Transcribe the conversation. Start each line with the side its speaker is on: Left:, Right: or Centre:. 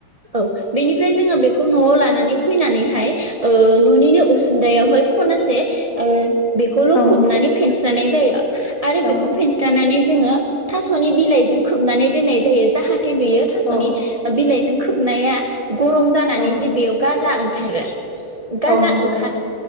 Right: औ बेनिफ्राय जोङो बे खौ न'आव लानानै फैनानैहाय ओ न'निनो उसुंदायावहाय खनासे ओ बेखौल'
Left: औ
Right: खबनानै फेनस सानाय जायो। आरो
Left: औ
Right: बेखौ फेनस्लानानै जोङो थास'नि बिलाइजों खोबनानै दोननाय जायो जाहा थे बियो थास'नि
Left: औ
Right: बिलाइजों खोबनाया गरम जानानैसजे
Left: औ
Right: बेयाव गाजा ओं खारो। गाजा
Left: औ नंगौ
Right: ओंखार